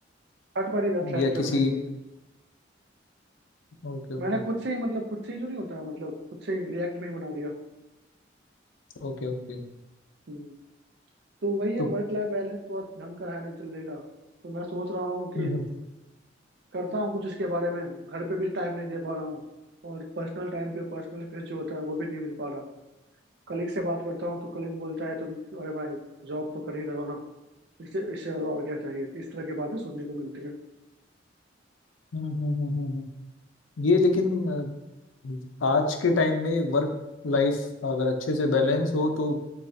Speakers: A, on the right; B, on the left.
A: Third party website
B: या
A: से
B: किसी
A: बनाई हुई है
B: Okay okay
A: मैंने खुद से ही मतलब खुद से ही जो नहीं होता मतलब खुद से रिएक्ट में ही बना दिया
B: Okay okay
A: हम्म। तो वही है
B: तो
A: वर्क लाइफ बैलेंस तो आज ढंग का है नहीं चल नहीं रहा तो मैं सोच रहा हूँ कि
B: हम्म हम्म
A: करता हूँ कुछ इसके बारे में घर पे भी टाइम नहीं दे पा रहा हूँ और पर्सनल टाइम पे पर्सनल स्पेस जो होता है वो भी नहीं मिल पा रहा कलीग से बात करता हूँ तो कलीग बोलता है तुम अरे भाई जॉब तो कर ही रहे हो ना इससे इससे ज्यादा और क्या चाहिए इस तरह की बातें सुनने को मिलती है
B: हम्म हम्म हम्म, हम्म, हम्म। हम्म, ये लेकिन अ, आज के टाइम में वर्क लाइफ अगर अच्छे से बैलेंस हो तो